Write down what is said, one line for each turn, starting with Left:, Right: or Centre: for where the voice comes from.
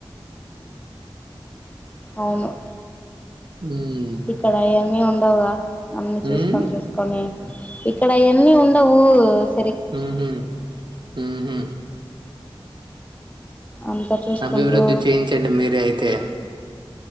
Left: అవును
Right: ఉమ్
Left: ఇక్కడ అయన్నీ ఉన్ డవు గా అన్ని చూసుకొని
Right: ఉమ్
Left: చూసుకొని ఇక్కడ అయ అన్నీ ఉండవు స్
Right: హ్మ్ హ్మ్
Left: అంతా చూసుకుంటూ
Right: అభివృద్ధి చేయించండి మీరే అయితే